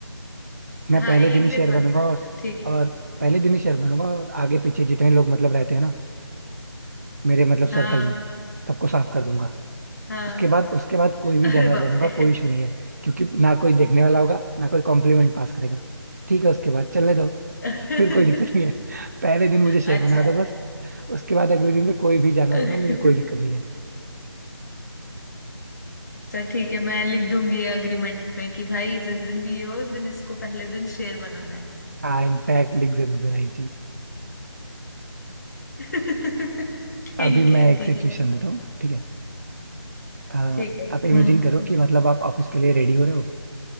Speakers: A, on the right; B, on the left.
A: मैं
B: हाँ
A: पहले
B: एक
A: दिन ही
B: दिन
A: शेयर
B: बन
A: बनूंगा
B: सकते
A: और
B: हो ठीक
A: और
B: है
A: पहले दिन ही शेयर बनूंगा और आगे पीछे जितने लोग मतलब रहते हैं ना मेरे मतलब सर्कल
B: हाँ
A: में सबको साफ कर दूंगा
B: हाँ
A: उसके बाद उसके बाद कोई भी
B: अरे
A: जानवर
B: बाप
A: बनूंगा
B: रे
A: कोई इशू नहीं है क्योंकि ना कोई देखने वाला होगा ना कोई कॉम्प्लीमेंट पास करेगा ठीक है उसके बाद चलने दो
B: <laughs>
A: फिर कोई दिक्कत नहीं है <laughs> पहले दिन मुझे शेर
B: अच्छा
A: बना दो बस उसके बाद अगले दिन से कोई भी जानवर
B: अच्छा
A: बना मुझे कोई दिक्कत नहीं है
B: ठीक है मैं लिख दूंगी एग्रीमेंट में कि भाई जिस दिन भी ये हो उस दिन इसको पहले दिन शेर बनाना है
A: हाँ इनफैक्ट लिख जरूर देना ये चीज
B: <laughs> ठीक
A: अभी मैं
B: है
A: एक
B: ठीक
A: सिचुएशन
B: है
A: देता हूँ ठीक है अ,
B: ठीक है
A: आप इमेजिन
B: हम्म
A: करो कि मतलब आप ऑफिस के लिए रेडी हो रहे हो